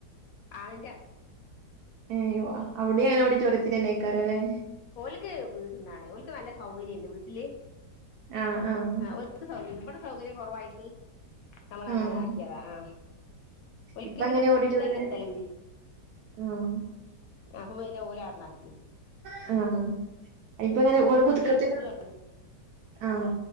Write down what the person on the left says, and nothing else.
ആളിന്റെ
ഓൾക്ക് വീടന്നാണേ ഓൾക്ക് നല്ല സൗകര്യണ്ട് വീട്ടില്
ആ ഒക്ക് സൗ സൗകര്യം കുറവായിട്ട് നമ്മൾ അങ്ങനെ
ആക്കിയതാ ആഹ ഒക്ക്
പിന്നെ
മുന്നിൽ
തന്നെ സ്ഥലുണ്ട്
അ പിന്നെ രണ അ
വീടുവാ